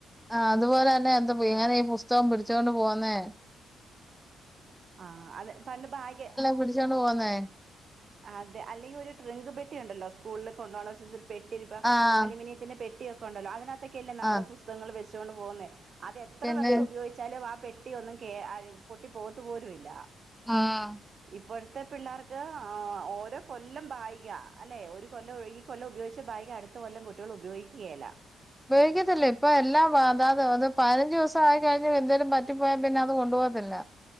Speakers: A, in the centre; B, on the right.
A: ആഹ അതുപോലെ തന്ന എന്ത ങ്ങന ഈ പുസ്തകം പിടിച്ചൊണ്ട് പോകൻ മേ
B: ആ അത് പണ്ട് ഭാഗ്യ
A: പിടിച്ചോണ്ട് പോന്നേ
B: അതെ അല്ലെങ്കിൽ ഒരു ട്രിങ്ക് പെട്ടി ഉണ്ടല്ലോ സ്കൂളിലൊക്കെ കൊണ്ടപോകണ പെട്ടി
A: ആഹ്
B: അലൂമിനിയത്തിന്റെ പെട്ടിയൊക്കെ കൊണ്ടല്ലോ അതിനകത്ത നമ്മള്
A: ആഹ്
B: പുസ്തകൾ വെ ചൊട് പോകുന്നേ അത് എത്ര
A: പിന്നെ
B: വർഷം ഉപയോഗിച്ചാലും ആ പെ പും പൊട്ടി കേ പോക പോലുമില്ല
A: ആഹ്
B: ഇപ്പോഴത്തെ പിള്ളേർക്ക് ആ ഓരോ കൊല്ലം ബാഗ്ആ അല്ലെ ഒരു കൊല്ലം ഈ കൊല്ലം ഉപയോഗിച്ച ഭാഗം അടുത്ത കൊല്ലം കുട്ടികളൾ ഉപയോഗിക്കുകയല്ല
A: ഉപയോഗിക്കത്തില്ല ഇപ്പൊ എല്ലാം അതാത് അ പഴ അഞ്ച് ദിവസ ആയി കഴിഞ്ഞൽ എന്തേലുംറ്റി പോയാ പിന്നെ അത് കൊണ്ടുപോകത്തില്ല